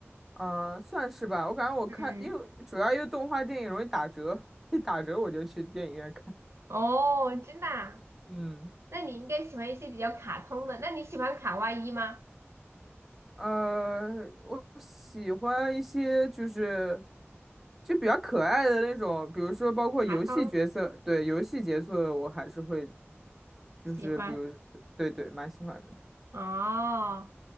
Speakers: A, in the centre; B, on the right.
A: 呃，算是吧。我感觉我看，
B: 嗯，
A: 因为主要因为动画电影容易打折，<laughs> 一打折我就去电影院看。
B: 哦，真的啊？
A: 嗯，
B: 那你应该喜欢一些比较卡通的。那你喜欢卡哇伊吗？
A: 呃，我喜欢一些就是就比较可爱的那种，比如说包括游戏角色，
B: 卡通
A: 对，游戏角色我还是会，就是比如，
B: 喜欢。
A: 对对，蛮喜欢的。
B: 哦，